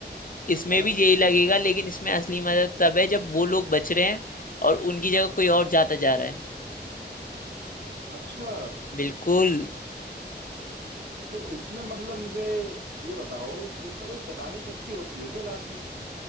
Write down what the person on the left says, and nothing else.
इसमें
भी यही लगेगा लेकिन इसमें असली मजा तब है जब वो लोग बच रहे हैं और उनकी जगह कोई और जाता जा रहा है
बिल्कुल